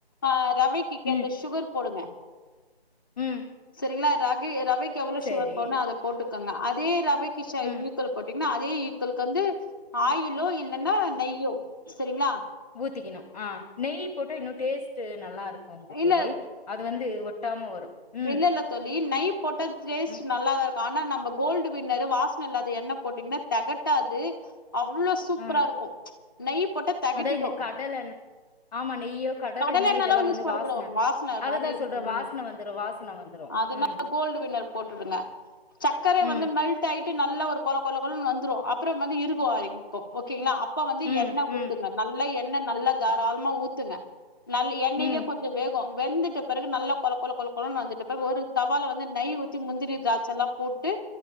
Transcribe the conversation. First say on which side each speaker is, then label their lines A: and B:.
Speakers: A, on the left; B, on the left.
A: ஆ ரவைக்கு கேத்த
B: ம்
A: சுகர் போடுங்க
B: ம்
A: செரிங்ளா ரவி ரவைக்கு எவ்ளோ
B: செரி
A: சுகர் போட்னு அத போட்டுக்கங்க அதே ரவைக் <unintelligible>
B: ம்
A: ன்னு அதே ஈக்களுக்கு வந்து ஆயிலோ இல்லன்னா நெய்யோ செரிங்ளா
B: ஊத்திக்கினு ஆ நெய் போட்டா இன்னு டேஸ்ட்டு நல்லாருக்குங்க
A: இல்ல
B: தோழி அது வந்து ஒட்டாம வரு ம்
A: இல்லல்ல தோழி நய் போட்டா டேஸ்ட்
B: ம்
A: ந ல்லாதா இருக்கு ஆனா நம்ம கோல்டு வின்னரு வாசன இல்லாத எண்ண போட்டீங்ன்னா தெகட்டாது அவ்ளோ சூப்ரா
B: ஆ
A: இருக்கு நெய் போட்டா தெகட்டிடு
B: அதா இந்த கடலெண்ண ஆமா நெய்யோ கடலெண்ண
A: கடலெண்ணெல்லா
B: இதெல்லா வந்து
A: யூஸ் பண்ணக்கூடாது
B: வாசன
A: வாசன இருக்காது
B: அதுதா சொல்ற
A: ம்
B: வாசன வந்துரு வாசன வந்துரு
A: அதனால
B: ம்
A: கோல்டு வின்னர் போட்டுடுங்க சக்கரைய
B: ம்
A: வந்து மெல்ட் டட்டாயிட்டு நல்லா ஒரு கொழ கொழ கொழனு வந்துரு அப்றம் வந்து இருகு ஆரம்பிக்கு ஓகேங்ளா அப் ப வந்து
B: ம்
A: எண்ண
B: ம்
A: ஊத்துங்க நல்லா எண்ண நல்ல தாராளமா ஊத்துங்க நல் எண்ணெலயே
B: ம்
A: கொஞ் வேகு வெந்துட்ட பிறகு நல்லா கொழ கொழ கொழ கொழனு வந்துட்டபிறகு ஒரு தவால வந்து நெய் ஊத்தி முந்திரி திராச்செல்லா போட்டு